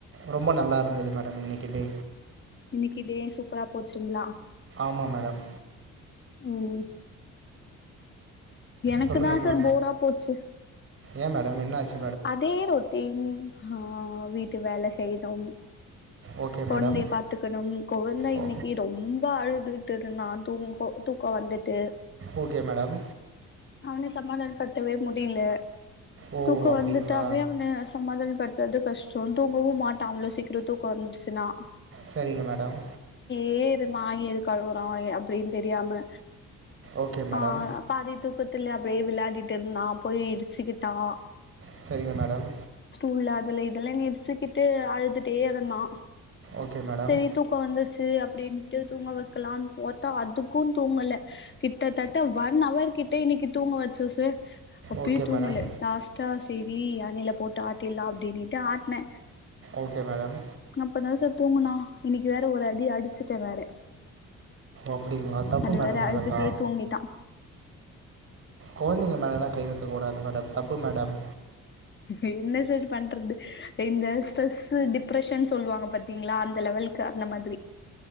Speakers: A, on the right (about 45°); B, on the left (about 40°).
A: ரொம்ப நல்லா இருந்தது மேடம் இன்னைக்கி டே
B: இன்னிக்கு டே சூப்பரா போச்சுங்களா
A: ஆமாம் மேடம்
B: ம் எனக்கு
A: சொல்லுங்கம்மா
B: தான் சார் போரா போச்சு
A: ஏன் மேடம் என்னாச்சு
B: அதே ரொட்டீன் ஆன் வீட்டு வேல செய்ணும்
A: ஓகே
B: கொழந்தய
A: மேடம்
B: பாத்துக்கணும் கொழந்த
A: ஓ
B: இன்னிக்கு ரொம்ப அழுதுட்டு இருந்தான் தூங்க இப்போ தூக்கம் வந்துட்டு
A: ஓகே மேடம்
B: அவன சமாதான படுத்த வே முடியல
A: ஓ
B: தூக்கம்
A: அப்படிங்களா
B: வந்துட்டாவ்வே அவன சமாதானப்படுத்தறது கஷ்டம் தூங்கவும் மாட்டான் அவ்ளோ சீக்கிரம் திரு தூக்கம் வந்துடுச்சுனா
A: சரிங்க மேடம்
B: ஏது மாயி எதுக்கழுவுறான் அப்டின்னு தெரியாம
A: ஓகே மேடம்
B: ஆ பாதி தூக்கத்துல அப்டியே விள்ளாடிட்டு இருந்தான் போய் இடிச்சுக்கிட்டான்
A: செரிங்க மேடம்
B: உள்ள அதுல இதுளன்னு இடிச்சிக்கிட்டு அழுதுட்டேருந்தா
A: ஓகே மேடம்
B: செரி தூக்கம் வந்துருச்சு அப்டின்ட்டு தூங்க வக்கலாம்னு பாத்தா அதுக்கும் தூங்கல கிட்டத்தட்ட ஒன் அவர்கி கிட்ட இன்னிக்கு தூங்க வச்சோ சார் அப்யும்
A: ஓகே
B: தூங்கல
A: மேடம்
B: லாஸ்ட்டா செரி யானையில போட்டு ஆட்டிலாம் அப்டின்னுட்டு ஆட்னே
A: ஓகே மேடம்
B: அப்பதான் சார் தூங்குனா இன்னிக்கு வேற ஒரு அடி அடிச்ட்டேன் வேற
A: அப்டிங்களா தப்பு
B: அது
A: மேடம்
B: வேற அழுதுட்டே
A: அதெல்லா
B: தூங்கிட்டா
A: கொழந்தங்க மேலள்லா கை வக்கக் கூடாது மேடம் தப்பு மேடம்
B: என்ன சார் பண்றது இந்த ஸ்ட்ரெஸ் டிப்ரஷன் சொல்லுவாங்க பாத்தீங்களா அந்த லெவல் க்கு இருக்கு அந்த மாதிரி